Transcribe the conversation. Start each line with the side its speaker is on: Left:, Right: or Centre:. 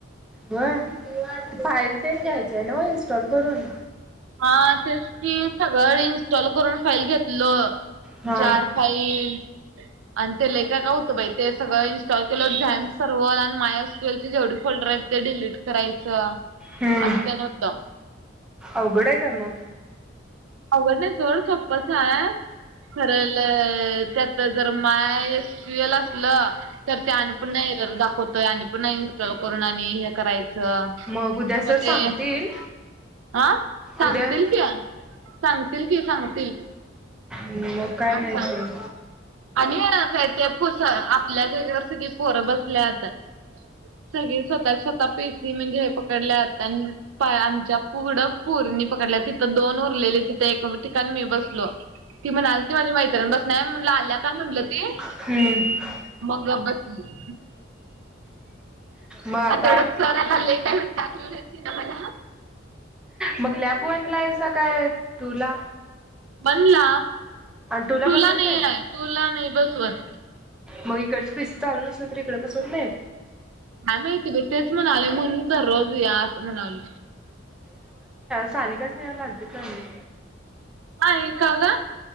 Centre: होय! ते फाईल तेन घ्यायच आहे नव्हे इन्स्टॉल करून?
Right: हां तेच. की सगळ इनस्टॉल करून फाईल घेतलो
Centre: हा
Right: जार फाईल आणि ते लई काय काय होतं बाई ते सगळं इन्स्टॉल केलं झॅम सर्व्हर आणि माय ऑनस्केलची जेवढी फोल्डर आहेत ते डिलीट करायचं
Centre: हम्म
Right: अस तेन होतं.
Centre: अवघड आहे काय मग?
Right: अवघड नाही सोड सोप्पच आहे. खर त्यात जर माय स्क्विल असलं तर ते आणि पुन्हा एरर दाखवतोय आणि पुन्हा इन्स्टॉल करून आणि हे करायचं.
Centre: अ उद्या सर
Right: मग
Centre: सांगतील
Right: ते हा सांगतील
Centre: उद्या?
Right: की सांगतील की सांगतील
Centre: मग काय
Right: आज
Centre: नाही
Right: सांग
Centre: सोड
Right: आणि काय ते पुस आपल्या जागेवर सगळी पोरं बसल्यात. सगळी स्वतःच्या स्वतः पी सी म्हणजे हे पकडल्यात आणि आमच्या पुढ पोरीनी पकडल्यात. फक्त दोन उरलेले तिथं एका ठिकाणी मी बसलो ती म्हणालती माझी मैत्रीण बसणार आहे मी म्हणलं आल्यात का म्हणलं ती
Centre: हम्म
Right: मग गप बसली.
Centre: मग आता
Right: आणि तेवढ्यात सर आला, लई काय विचारली नाही तिनं मला.
Centre: मग लॅब वन ला हायसा काय टू ला?
Right: वन ला
Centre: टूला
Right: टू
Centre: बसवत
Right: ला नाही
Centre: नाहीत
Right: आहे टू ला नाही बसवत.
Centre: मग इकडचे पिसी चालू नसलं तर इकडं बसवत नाहीत.
Right: काय माहिती बाई तेच म्हणालोय म्हणून दररोज येवूया असं म्हणालोय.
Centre: सानिका, स्नेहल आलती का नाही?
Right: नाही का ग?